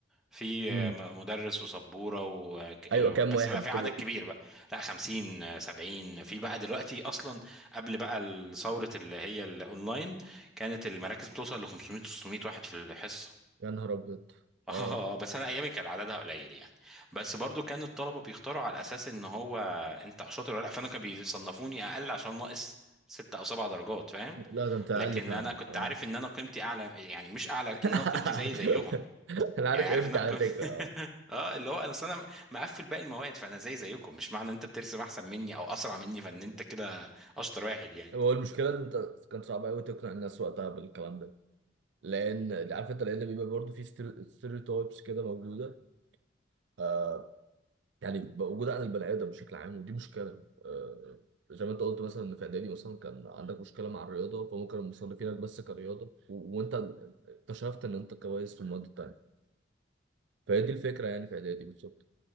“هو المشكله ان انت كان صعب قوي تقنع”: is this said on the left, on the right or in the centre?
Right